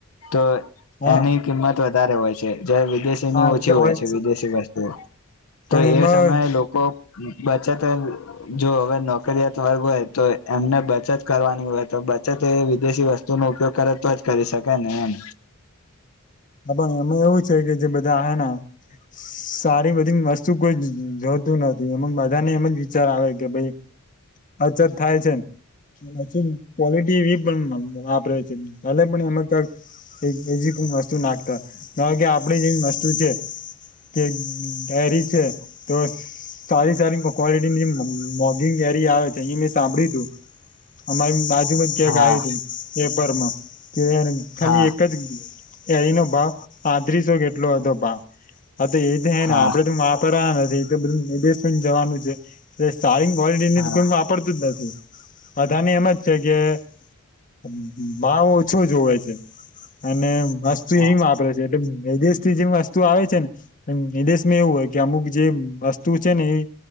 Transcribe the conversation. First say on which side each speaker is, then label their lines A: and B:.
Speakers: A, on the left; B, on the left.
A: તો
B: હા
A: એની કિંમત વધારે હોય છે જ વિદેશીની
B: હા
A: ઓછી
B: એ તો
A: હોય
B: જ
A: છે વિદેશી વસ્તુઓ
B: પણ
A: તો
B: એમાં
A: એ સમયે લોકો બચત અહ જો હવે નોકરીયાત વર્ગ હોય તો એમને બચત કરવાની હો તો બચત એ વિદેશી વસ્તુનો ઉપયોગ કરે તો જ કરી શકે ને એમ.
B: હા, પણ એમાં એવું છે કે જે બધા હૈના સારી બધી વસ્તુ કોઈ જોતું નથી એમાં બધાને એમ જ વિચાર આવે કે ભઈ હછત થાય છે એમ. પછી ક્વોલિટી એવી પણ વા-વાપરે છે. ભલે પણ એમાં તસ <inaudible> એજી કોઈ વસ્તુ નાખતા ધારો કે આપણે જેવી વસ્તુ છે કે ડરી છે તો સારી સારી ક્વલિટીની જે મો-મોગિંગ ગેરી આવે છે અહી મેં સાંભળ્યું તું અમારી બાજુમાં જ ક્યાંક
A: હા
B: આવ્યું તું પેપરમાં. કે ખાલી
A: હા
B: એક જ કેરીનો ભાવ પાંત્રીસો કે એટલો હતો ભાવ. હા એજ છે
A: હા
B: ને આપડે તો વાપરવા નથી એ તો બધું વિદેશમાં જ જવાનું છે એ સારી ક્વોલિટીની
A: હા
B: તો કોઈ વાપરતું જ નથી બધાને એમ જ છે કે હમ્મ હમ્મ ભાવ ઓછો જોવે છે અને વસ્તુ
A: હા
B: ઈ વાપરે છે. એ વિદેશથી જેમ વસ્તુ આવે છેને વિદેશમાં એવું હોય કે અમુક જે વસ્તુ છે ને એ